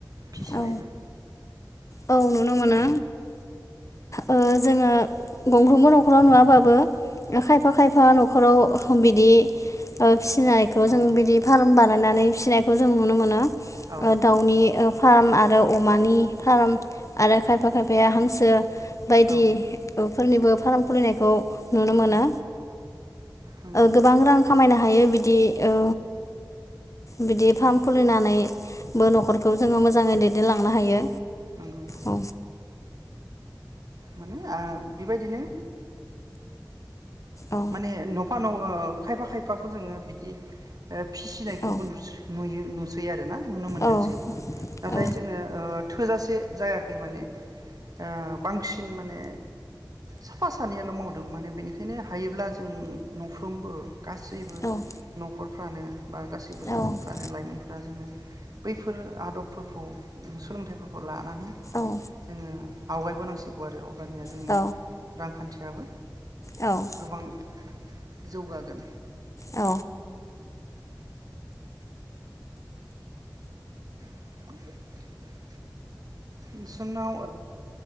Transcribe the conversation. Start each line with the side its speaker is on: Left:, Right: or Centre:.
Right: फिसिनायफोर
Left: औ औ नुनो मोनो। ओ जोङो गंफ्रोमबो न'खराव नुवाबाबो खायफा खायफा फा न'खराव बिदि ओ फिसिनायखौ जों
Right: औ
Left: बिदि फार्म बानायनानै फिसिनायखौ जों नुनो मोनो ओ
Right: औ
Left: दाउनि फार्म आरो अमानि फार्म आरो खायफा खायफाया हांसो। बायदि
Right: औ
Left: फोरनिबो फार्म खुलिनायखौ नुनो
Right: नंगौ
Left: मोनो
Right: नंगौ
Left: गोबां ओ रां खामायनो हायो बिदि ओ बिदि फार्म
Right: नांबाय औ
Left: खुलिनानैबो न'खरखौ मोजाङै दैदेनलांनो हायो।
Right: नंगौ
Left: औ
Right: माने ओ बेबायदिनो
Left: औ
Right: माने न'फा न' खायफा खायफाखौ जोङो बिदि ओ फिसिनायखौबो
Left: औ
Right: नुसो नुयो नुसै आरो ना। नुनो मोनदोंसै
Left: औ
Right: नाथाय
Left: औ
Right: जोङो थोजासे। जायाखै माने ओ बांसिन माने साफा सानैयाल' मावदों माने बेनिखायनो हायोब्ला जों न'फ्रोमबो। गासैबो
Left: औ
Right: न'खर फ्रानो बा गासिबो
Left: औ
Right: सुबुंफ्रानो लाइमोनफ्रा जोङो बैफोर आदबफोरखौ सोलोंथाइफोरखौ लानानै
Left: औ
Right: जोङो आवगायबोनांसिगौ आरो। अब्लानिया जोंनि
Left: औ
Right: रांखान्थि फ्राबो
Left: औ
Right: गोबां जौगागोन।
Left: औ
Right: <inaudible> नोंसोरनाव